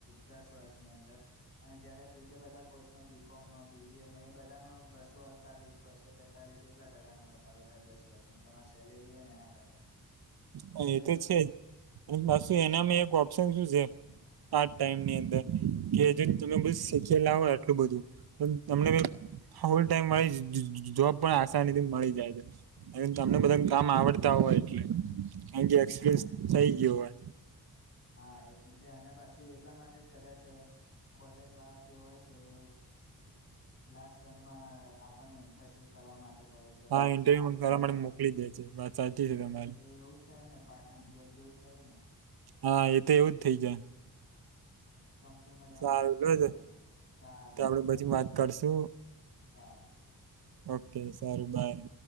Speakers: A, on the left; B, on the right.
A: દસ વર્ષની અંદર. અને જયારે બીજા બધા કોર્સમાં બી કોમમાં, બીબી એમાં એ બધામાં બસો અડતાલીસ, બસો તેતાલીસ એટલા ટકા નો વધારો થાય દસ વર્ષમાં તમારી સેલેરી હોય ને એના કરતા.
B: હ
A: એટલે
B: એ તો છે. <unintelligible>
A: ફૂલ
B: એનામાં એક ઓપ્શન શું છે. આ ટાઈમની અંદર કેજ તમે શીખેલા હો આટલું બધું તમને હોલ ટાઈમ મળી જોબ પણ આસાની થી મળી જાય છે. અને તમને બધા કામ આવડતા હોય એટલે એક્સપિરયન્સ
A: હા
B: થઈ ગયો હોય.
A: હા એ તો છે અને પાછું એટલા માટે જ કદાચ કોલેજ વાળા જે હોય છે. એ લાસ્ટ સેમમાં આપને ઇન્ટર્નશીપ કરવા માટે કહે છે.
B: હા ઇન્ટરવ્યુ
A: પ્રોજેક્ટ બનાવા
B: કરવા માટે મોકલી
A: છે.
B: દે વાત સાચી
A: એટલે
B: છે તમારી
A: એ એવું થય ને પાર્ટ ટાઈમ જોબ જેવું થયું ને.
B: હા એ તો એવું જ થઇ જાય.
A: કંપની માં રેવાનું
B: સારું
A: શીખવાનું.
B: લો
A: સારું
B: આપડે
A: તો હ
B: પછી વાત કરશું
A: સાલ
B: ઓ સારું બાઈ.